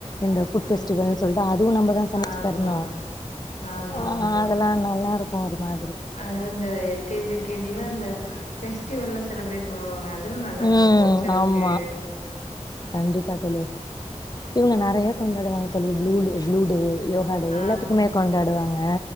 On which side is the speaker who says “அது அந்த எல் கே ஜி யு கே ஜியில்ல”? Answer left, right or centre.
Left